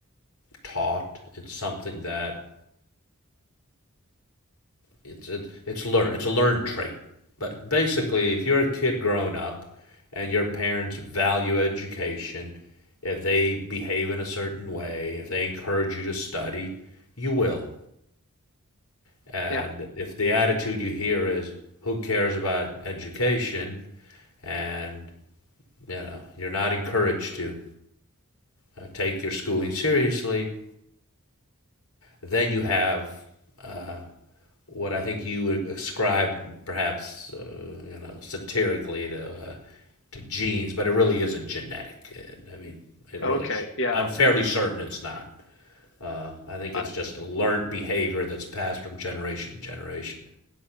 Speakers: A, on the left; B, on the left.
A: taught. It's something that it's it's it's learn it's a learned trait. But basically, if you're a kid growing up and your parents value education, if they behave in a certain way, if they encourage you to study, you will. And
B: yeah
A: if the attitude you hear is who cares about education and you know, you're not encouraged to uh, take your schooling seriously, then you have uh, what I think you would ascribe perhaps uh, you know satirically to uh, to genes, but it really isn't genetic. It, I mean, it really.
B: okay
A: Sh-
B: yeah
A: I'm fairly certain it's not. Uh, I think
B: uh,
A: it's just a learned behavior that's passed from generation to generation.